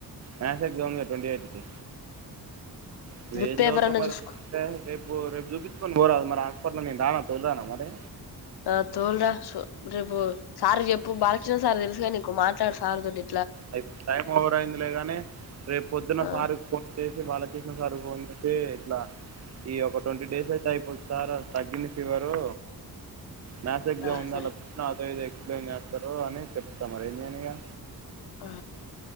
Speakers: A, on the right; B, on the left.
A: మ్యాథ్స్ ఎగ్జామ్ గా ట్వంటీ ఎయిట్ కి నువ్వు
B: బిట్
A: ఏం
B: పేపర్
A: చదువుతావు.
B: అన్నా
A: మరి
B: చూసుకో
A: <unintelligible> రేపు రేపు చూపించుకుని పోరాదు మరి హస్ అప్పట్లో నే రాన తోల్రన మరే
B: ఆ తోల్రా రేపు సారుకి చెప్పు బాలకృష్ణ సార్ తెలుసుగా నీకు మాట్లాడు సార్ తొటి
A: అయితే టైం ఓవర్ అయింది. లే గాని రేపు పొద్దున్న
B: ఆ
A: సార్కి ఫోన్ చేసి బాలకృష్ణ సార్కి ఫోన్ చేసి అతే ఇట్లా ఈ ఒక ట్వంటీ డేస్ అయితే అయిపోద్ది సారు తగ్గింది ఫీవరు మ్యాస్ ఎగ్జామ్
B: ఆ
A: ఉంది
B: సరే
A: అల్లకు <unintelligible> ఇప్పుడు ఎం చేస్తారు అని చెప్తా మరి ఏం చేయను ఇగ
B: ఆ